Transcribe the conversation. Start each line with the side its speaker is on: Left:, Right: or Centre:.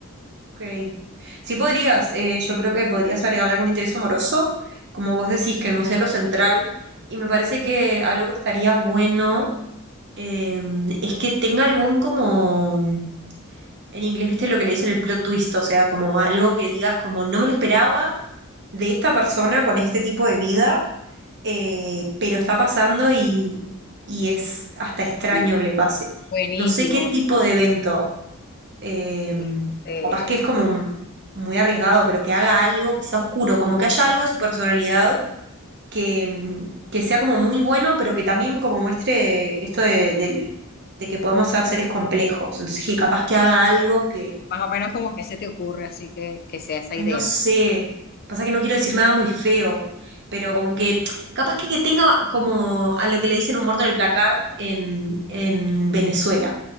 Right: Ok. Sí podrías, eh, yo creo que podrías agregarle algún interés amoroso, como vos decís, que no sea lo central, y me parece que algo que estaría bueno eh, es que tenga algún como, en inglés, viste lo que le dicen el plot twist, o sea, como algo que digas como no me lo esperaba de esta persona con este tipo de vida eh, pero está pasando y, y es hasta extraño
Left: Y
Right: que le pase.
Left: buenísimo,
Right: No sé qué tipo
Left: buenísimo.
Right: de evento, eh,
Left: Este,
Right: capaz que es como muy arriesgado, pero que haga algo que sea oscuro, como que haya algo de su personalidad que, mm, que sea como muy bueno, pero que también como muestre esto de, del- de que podemos ser seres complejos. Entonces, sí, capaz que haga algo que,
Left: Más o menos como que se te ocurre, así que, que sea esa
Right: Ay,
Left: idea.
Right: no sé.
Left: o sea,
Right: Pasa que no quiero decir nada muy feo, pero como que capaz que, que tenga como a lo que le dicen un muerto en el placard en, en Venezuela,